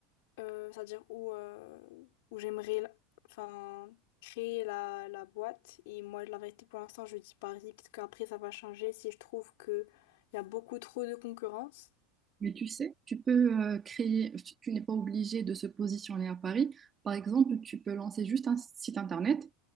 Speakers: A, on the left; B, on the right.
A: euh, c'est-à-dire où, euh, où j'aimerais la- enfin, créer la, la boîte. Et moi, la vérité, pour l'instant, je dis Paris. Peut-être qu'après, ça va changer si je trouve qu'il y a beaucoup trop de concurrence.
B: mais tu sais, tu peux euh, créer, tu, tu n'es pas obligé de se positionner à Paris. Par exemple, tu peux lancer juste un site internet